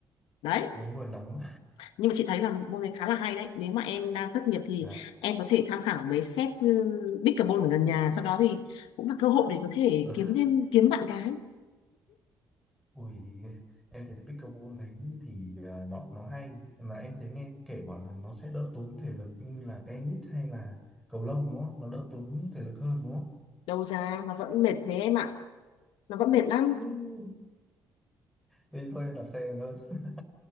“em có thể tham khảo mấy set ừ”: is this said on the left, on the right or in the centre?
Left